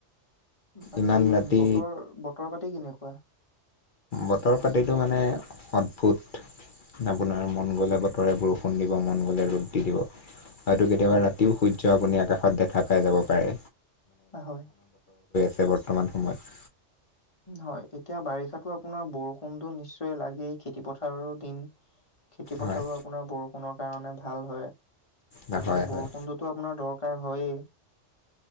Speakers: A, on the left; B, on the left.
A: বাকী
B: ইমান ৰাতি
A: বতৰ বতৰ পাতি কেনেকুৱা?
B: বতৰ পাতিটো মানে অদ্ভুত। আপোনাৰ মন গ'লে বতৰে বৰষুণ দিব মন গ'লে ৰ'দ দি দিব। হয়তটো কেতিয়াবা
A: হয়
B: ৰাতিও সূৰ্য আপুনি আকাশত দেখা পাই যাব পাৰে।
A: হয়।
B: ছে বৰ্তমান সময়ত।
A: হয় এতিয়া বাৰিষাতো আপোনাৰ বৰষুণতো নিশ্চয় লাগেই খেতি পথাৰৰো দিন খেতি পথাৰো
B: হয়
A: আপোনাৰ বৰষুণৰ কাৰণে ভাল হয়।
B: না
A: গতিকে
B: হয়
A: বৰষুণটোতো
B: হয়।
A: আপোনাৰ দৰকাৰ হয়েই